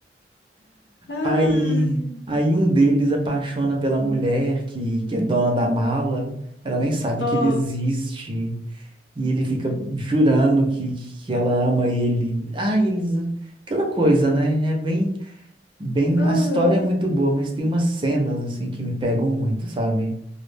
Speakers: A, on the left; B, on the right.
A: Ai,
B: Aí, aí um deles apaixona pela mulher que, que é dona da mala, ela nem sabe
A: ó,
B: que ele existe, e ele fica jurando que, que ela ama ele. Ah, eles, aquela coisa, né? É bem, bem,
A: uhum.
B: a história é muito boa, mas tem umas cenas assim que me pegam muito, sabe?